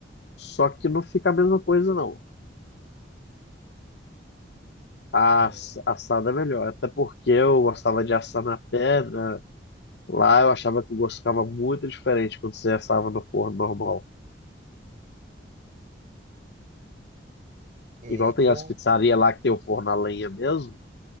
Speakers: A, on the left; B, on the right.
A: só que não fica a mesma coisa, não. A
B: Hum.
A: ass- assada é melhor, até porque eu gostava de assar na pedra. Lá eu achava que o gosto ficava muito diferente quando você assava no forno normal.
B: E
A: Igual tem
B: eu.
A: as pizzarias lá que tem o forno a lenha mesmo.